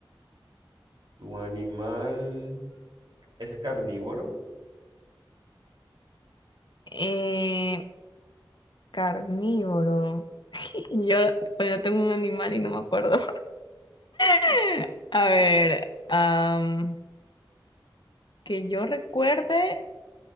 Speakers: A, on the right; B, on the left.
A: ¿Tu animal es carnívoro?
B: Eh, carnívoro. <laughs> Yo bueno, tengo un animal y no me acuerdo. <laughs> A ver, am, que yo recuerde,